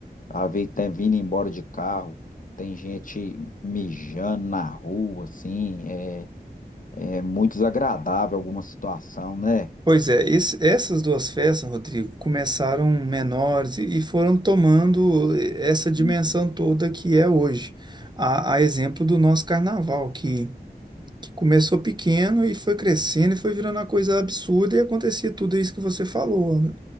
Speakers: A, on the left; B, on the right.
A: a vez tá vindo embora de carro. Tem gente mijando na rua, assim, é, é muito desagradável alguma situação, né?
B: Pois é, esse- essas duas festas, Rodrigo, começaram menores e, e foram tomando eh, essa dimensão
A: Uhum.
B: toda que é hoje. A, a exemplo do nosso carnaval, que, que começou pequeno e foi crescendo e foi virando uma coisa absurda e acontecia tudo isso que você falou. né?